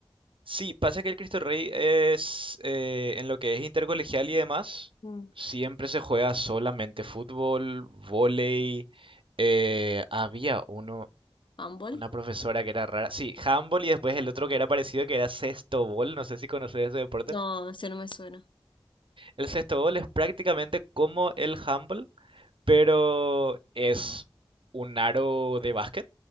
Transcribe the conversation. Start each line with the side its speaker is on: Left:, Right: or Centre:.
Right: sí, pasa que el Cristo Rey es, eh, en lo que es intercolegial y demás,
Left: Mm.
Right: siempre se juega solamente fútbol, vóley, eh, había uno,
Left: ¿Handball?
Right: una profesora que era rara, sí, handball y después el otro que era parecido que era sexto no sé si conoces ese deporte.
Left: No, ese no me suena.
Right: El sexto es prácticamente como el handball, pero es un aro de básquet,